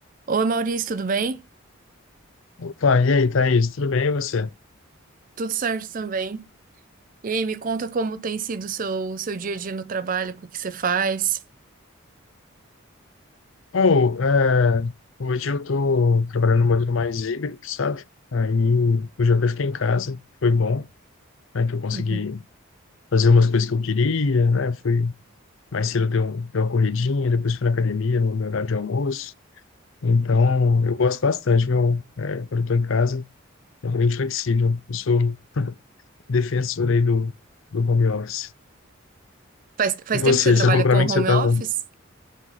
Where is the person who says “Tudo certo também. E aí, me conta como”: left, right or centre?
Right